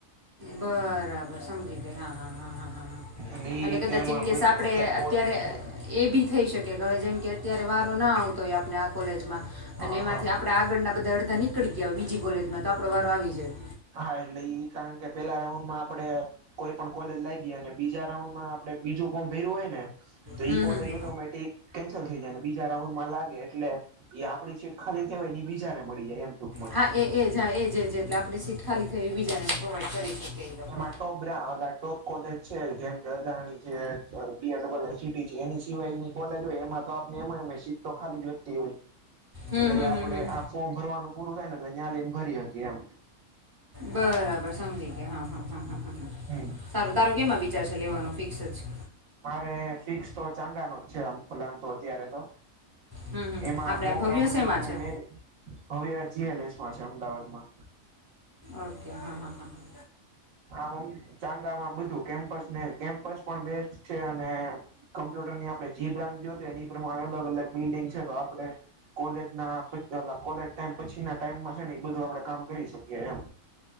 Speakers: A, on the right; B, on the right.
A: બરાબર. સમજી ગઈ. હા, હા, હા, હા
B: અને એ
A: એટલે
B: રીતે
A: કદાચ
B: એમાં
A: ઇન કેસ
B: બધું
A: આપડે અત્યારે
B: બોર્ડ નું છે.
A: એ ભી થઇ શકે, કે હવે જેમ કે અત્યારે વારો ના આવતો હોય. આપણા આ કોલેજમાં.
B: હા
A: અને એમાંથી
B: હા
A: આપડા આળના બધા અડધા નીકળી નીકળી ગયા હોય. બીજી કોલેજમાં તો આપડો વારો આવી જાય.
B: હા, એટલે ઈ કારણ કે પેલા રાઉન્ડમાં આપડે કોઈ પણ કોલેજ લાગ ગયા અને બીજા રાઉન્ડમાં આપણે બીજું ફોર્મ ભેર્યું હોય ને તો
A: હમ
B: ઈ કોલેજ
A: હમ
B: ઓટોમેટિક કેન્સલ થઈ જાય. બીજા રાઉન્ડ માં લાગે એટલે એ આપડી સીટ ખાલી જાય એ બીજા ને મળી જાય. એમ ટૂંકમાં
A: હા, એજ હા એજ જ એટલે, આપણે સીટ ખાલી એ બીજાને પ્રોવાઈડ કરી શકે? એ લોકો
B: એમાં ટોપ ટોપ કોલેજ છે જ એમ કેમ અદાણી છે, ડીઆર ડબલ આટી છે, એની સવાયની કોલેજ હોય એમાં તો આપને એમ સીટ તો ખાલી જ વધતી હોય.
A: હમ
B: એટલે
A: હમ
B: આપડે
A: હમ હમ
B: આ ફોર્મ ભરવાનું પૂરું થાય ને એટલે. ત્યાદ એમ ભરી હકી એમ.
A: બરાબર સમજી ગયા હા હા હા. હ હ હ
B: એમ
A: સારું તારો કેમાં વિચાર છે લેવાનો ફિક્સ છે.
B: મારે ફિક્સ તો ચાંગા ન જ છે આમ પ્લાન તો અત્યારે તો
A: હમ હમ
B: એમાં
A: આપણે
B: મોક
A: આ ભવ્ય
B: રાઉન્ડમાં
A: શેમાં છે
B: અ મે ભવ્ય સીએલએસ માં છે અમદાવાદમાં.
A: ઓકે હા હા હા હા.
B: આમ ચાંગામાં બધું કેમ્પસ ને કેમ્પસ પણ બેસ્ટ છે અને કમ્પ્યુટરની આપણે જી બ્રાન્ચ જોતી એ પ્રમાણે અલગ અલગ બિલ્ડિંગ છે તો આપે કોલેજ ના કોલેજ ટ પછી ના ટાઈમમાં છે ને એ બધું આપડે કામ કરી શકીએ એમ.